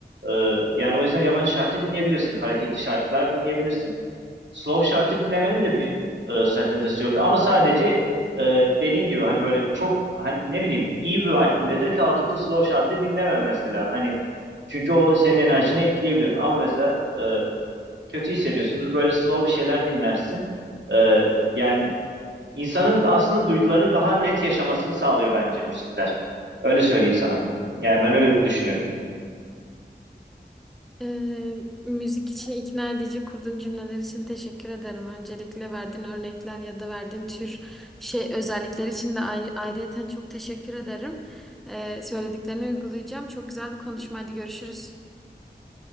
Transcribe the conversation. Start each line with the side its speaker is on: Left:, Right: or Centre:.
Right: E, yani o yüzden yabancı şarkı dinleyebilirsin. Hareketli şarkılar dinleyebilirsin. Slow şarkı dinlemenin de bir e, sakıncası yok. Ama sadece e, dediğim gibi hani böyle çok hani ne bileyim iyi bir vaktinde de kalkıp da Slow şarkı dinleme mesela. Hani çünkü o senin enerjini etkileyebilir. Ama mesela e, kötü hissediyorsundur. Böyle slow bir şeyler dinlersin. E, yani insanın aslında duygularını daha net yaşamasını sağlıyor bence müzikler. Öyle söyleyeyim sana. Yani ben öyle düşünüyorum.
Centre: Ee, müzik için ikna edici kurduğun cümleler için teşekkür ederim. Öncelikle verdiğin örnekler ya da verdiğin tür şey özellikler için de ay ayrıyeten çok teşekkür ederim. Ee, söylediklerini uygulayacağım. Çok güzel bir konuşmaydı. Görüşürüz.